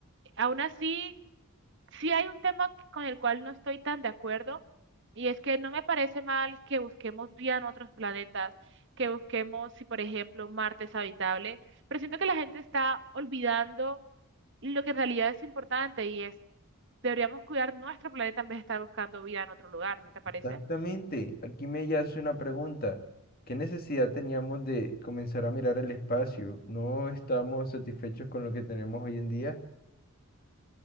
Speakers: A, on the right (about 55°); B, on the left (about 40°).
A: Aún así, Sí hay un tema que- con el cual no estoy tan de acuerdo y es que no me parece mal que busquemos vida en otros planetas, que busquemos, si por ejemplo Marte es habitable, pero siento que la gente está olvidando lo que en realidad es importante y es, deberíamos cuidar nuestro planeta en vez de estar buscando vida en otro lugar, ¿no te parece?
B: Exactamente, aquí me yace una pregunta. ¿Qué necesidad teníamos de comenzar a mirar el espacio? ¿No estamos satisfechos con lo que tenemos hoy en día?